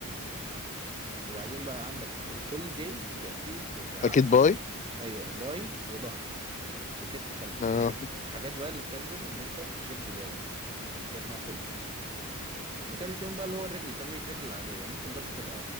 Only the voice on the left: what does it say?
اكيد باي
اه